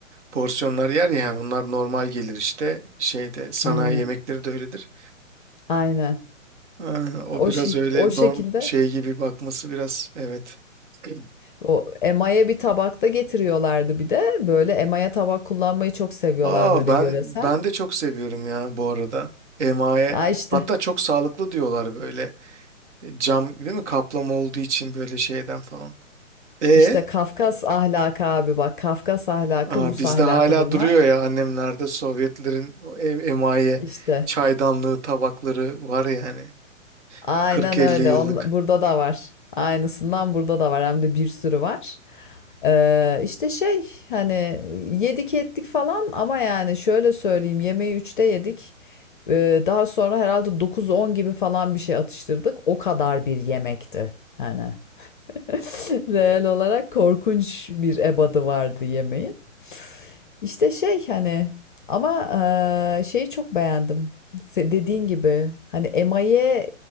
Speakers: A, on the right (about 60°); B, on the left (about 40°).
A: porsiyonlar yer ya yani onlar normal gelir işte şeyde sanayi
B: aynen
A: yemekleri de öyledir.
B: aynen
A: Ha, o
B: o
A: biraz
B: şey
A: öyle
B: o şekilde
A: norm şey gibi bakması biraz evet. <clears throat>
B: o emaye bir tabakta getiriyorlardı bir de böyle emaye tabak kullanmayı çok seviyorlar
A: Aa
B: böyle
A: ben
B: yöresel
A: ben de çok seviyorum ya bu arada. Emaye.
B: Ya, işte,
A: Hatta çok sağlıklı diyorlar böyle. E, Cam değil mi? Kaplama olduğu için böyle şeyden falan. E
B: işte Kafkas ahlakı abi bak. Kafkas ahlakı,
A: aa,
B: Rus
A: bizde
B: ahlakı
A: hala
B: bunlar.
A: duruyor ya annemlerde Sovyetlerin o em- emaye
B: İşte.
A: çaydanlığı tabakları var yani.
B: Aynen
A: 40-50
B: öyle.
A: yıllık.
B: On, burada da var. Aynısından burada da var. Hem de bir sürü var. Ee, işte şey hani yedik ettik falan ama yani şöyle söyleyeyim yemeği üçte yedik. Ee, daha sonra herhalde dokuz on gibi falan bir şey atıştırdık. O kadar bir yemekti. Hani. <laughs> Reel olarak korkunç bir ebadı vardı yemeğin. İşte şey hani ama eee, şeyi çok beğendim. Se- Dediğin gibi hani emaye